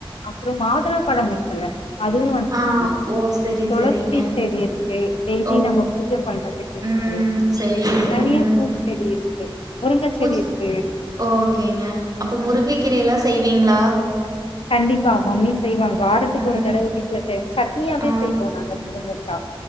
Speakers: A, on the left; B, on the right.
A: அப்புறோ மாதுளம்பழோ இருக்குல்ல அதுவு வந்துருக்கு
B: ஆ. ஓ! சரி,
A: தொளசி
B: சரிங்க.
A: செடி இருக்கு டெய்லி
B: ஓ!
A: நம்ம பூஜ பண்றதுக்கு இருக்கு
B: ம். சரி.
A: நெறைய
B: ம்.
A: பூச்செடி இருக்கு முருங்க
B: பூச்
A: செடி இருக்கு
B: ஓகேங்க அப்ப முருங்கை கீர எல்லா செய்வீங்ளா
A: கண்டிப்பா மம்மீஸ் செய்வாங்க வாரத்துக்கு ஒரு
B: ம்.
A: தடவ வீட்ல செய்வோ சட்னியாவே
B: ஆ.
A: செய்வோ நாங்க ப <unintelligible> ஆ